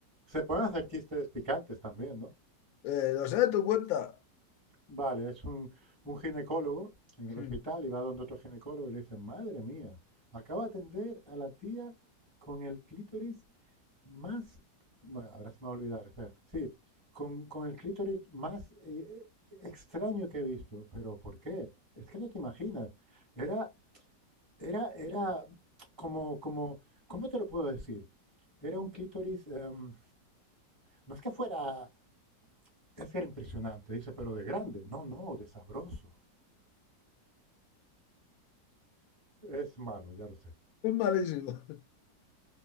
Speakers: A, on the right; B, on the left.
A: Se pueden hacer chistes picantes también, ¿no?
B: Eh, lo sé, tu cuenta.
A: Vale, es un, un ginecólogo en el
B: <laughs>
A: hospital y va donde otro ginecólogo y le dice, madre mía, acaba de atender a la tía con el clítoris más... Bueno, ahora se me va a olvidar, espera. Sí, con, con el clítoris más eh, extraño que he visto. ¿Pero por qué? Es que no te imaginas. Era Era, era como, como, ¿cómo te lo puedo decir? Era un clítoris, em, no es que fuera, es que era impresionante, dice, pero de grande. No, no, de sabroso. Es malo, ya lo sé.
B: Es malísimo.